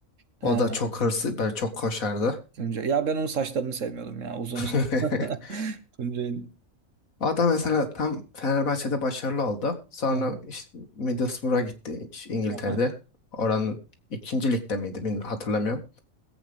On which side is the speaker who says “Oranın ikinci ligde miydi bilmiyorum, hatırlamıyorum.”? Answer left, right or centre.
Left